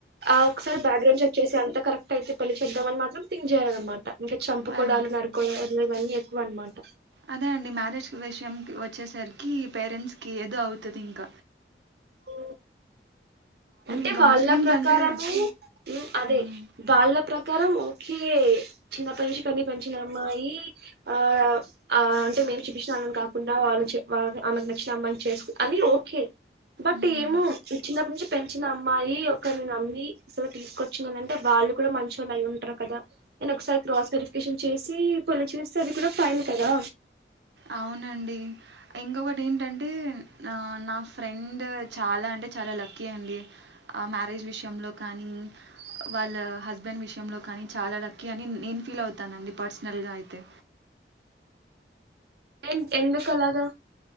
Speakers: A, on the right; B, on the right.
A: ఆ ఒకసారి బ్యాక్గ్రౌండ్ చెక్ చేసి అంత కరెక్ట్ అయితే పెళ్లి చేద్దామని మాత్రం థింక్ చేయరన్మాట, ఇంక చంపుకోడాలు
B: ఆ
A: నరుకోవడం అన్ ఇవ్వని ఎక్కువ అన్మాట.
B: అదే అండి మ్యారేజ్ విషయం వచ్చేసరికి, పేరెంట్స్కి ఏదో అవుతది ఇంక.
A: ఊ అంటే
B: ఇంకా
A: వాళ్ళ
B: ముస్లిమ్స్
A: ప్రకారము
B: అంటే
A: ఉ అదే
B: మ్మ్,
A: వాళ్ళ ప్ర కరం ఓకే, చిన్నప్పటి నుంచి కని పెంచిన అమ్మాయి ఆ ఆ అంటే మేం చూపించినొలని కాకుండా, వాళ్ళు చే వాలు ఆమెకు నచ్చిన అమ్మాయిని చేసు అవి ఓకే బట్
B: మ్మ్,
A: ఏమో చిన్నపటి నుంచి పెంచిన అమ్మాయి, ఒకర్ని నమ్మి అసలు తీసుకొచ్చిందనంటే, వాళ్ళు కూడా మంచొల్లు అయ్యుంటరు కదా, అయిన ఒకసారి క్రాస్ వెరిఫికేషన్ చేసి, పళ్ళ చేస్తే అది కూడా ఫైన్ కదా.
B: అవునండి. ఇంకొకటి ఏంటన్ టే నా నా ఫ్రెండ్ చాలా అంటే చాలా లక్కీ అండి. మ్యారేజ్ విషయంలో కానీ వాళ్ళ హస్బెండ్ విషయంలో కానీ చాలా లక్కీ అని నేను ఫీల్ అవుతానండి పర్సనల్గా అయితే
A: ఎ ఎందు కలాగా